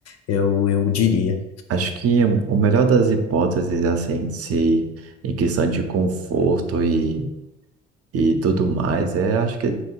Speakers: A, on the left; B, on the right.
A: eu, eu diria.
B: Acho que o o melhor das hipóteses é assim, se em questão de conforto e e tudo mais, é acho que é